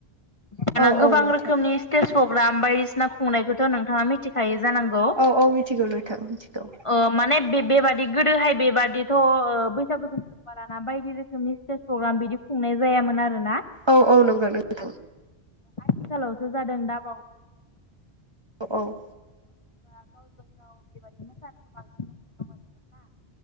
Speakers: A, on the left; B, on the right.
A: <unintelligible>
B: औ
A: गोबां
B: औ नोंथां
A: रोखोमनि स्टेज प्रग्राम बायदिसिना खुंनायखौथ' नोंथाङा मिथिखायो जानांगौ।
B: औ औ मिथिगौ नोथां मिथिगौ।
A: अ माने बे बेबादि गोदोहाय बेबादिथ' ओ बैसागु जो बाराना बायदि रोखोमनि स्टेज प्रग्राम बिदि खुंनाय जायामोन आरो ना।
B: औ औ नंगौ नोंथां।
A: आथिखालावसो जादों दाबाव
B: औ औ
A: खुगा गावजों गाव बेबादि मोसानायखौ बांसिनै नुनो मोनोमोन ना